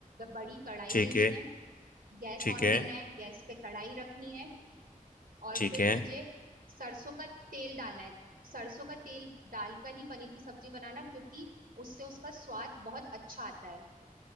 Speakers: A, on the right; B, on the left.
A: बड़ी कढ़ाई
B: ठीक
A: लेनी
B: है
A: है गैस
B: ठीक
A: ऑन
B: है
A: करना है गैस पे कढ़ाई रखनी है और
B: ठीक
A: फिर
B: है
A: तुझे सरसों का तेल डालना है सरसों का तेल डालकर ही पनीर की सब्जी बनाना क्योंकि उससे उसका स्वाद बहुत अच्छा आता है